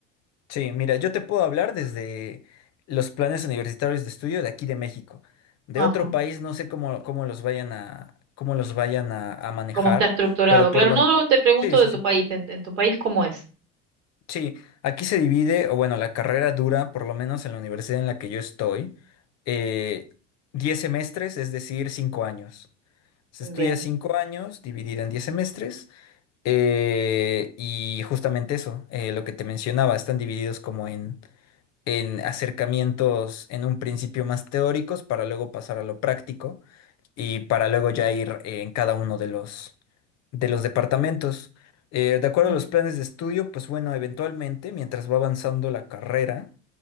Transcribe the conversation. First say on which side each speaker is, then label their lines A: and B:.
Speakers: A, on the left; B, on the right.
A: sí, mira, yo te puedo hablar desde los planes universitarios de estudio de aquí de México. De
B: Ajá.
A: otro país no sé cómo, cómo los vayan a, cómo los vayan a, a manejar,
B: ¿Cómo está estructurado?
A: pero
B: Claro,
A: por lo...
B: no, no, te pregunto
A: Sí, sí,
B: de tu
A: sí.
B: país, en, en tu país cómo es.
A: Sí, aquí se divide, o bueno, la carrera dura, por lo menos en la universidad en la que yo estoy, eh, 10 semestres, es decir, 5 años. Se
B: Bien.
A: estudia 5 años, dividida en 10 semestres, eh, y justamente eso, eh, lo que te mencionaba, están divididos como en, en acercamientos en un principio más teóricos para luego pasar a lo práctico y para luego ya ir eh, en cada uno de los, de los departamentos. Eh, de acuerdo
B: Mm,
A: a los planes de estudio, pues bueno, eventualmente, mientras va avanzando la carrera,